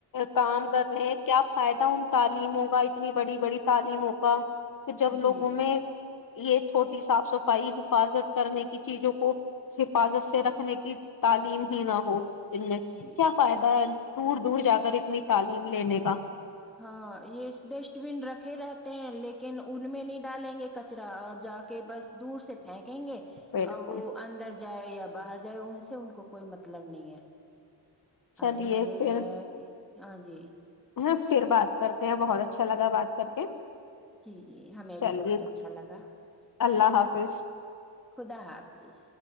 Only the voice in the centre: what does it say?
جی
جی
ہاں یہ ڈسٹ بین رکھے رہتے ہیں لیکن ان میں نہیں ڈالیں گے کچرا اور جا کے بس دور سے پھینک کہیں گے
اور وہ اندر جائے یا باہر جائے ان سے ان کو کوئی مطلب نہیں ہے
ارے یہ
ہے کہ ہاں جی
جی جی ہمیں
بھی بہت اچھا لگا ٹھیک
ہے خدا حافظ